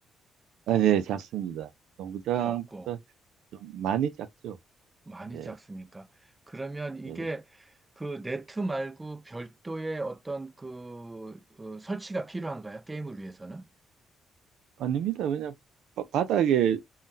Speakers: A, on the right (about 80°); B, on the right (about 15°).
A: 아, 네, 작습니다. 농구장보다
B: 작고,
A: 좀 많이 작죠.
B: 많이
A: 네,
B: 작습니까? 그러면 이게
A: 네
B: 그 네트 말고 별도의 어떤 그, 어, 설치가 필요한가요? 게임을 위해서는?
A: 아닙니다. 왜냐 바, 바닥에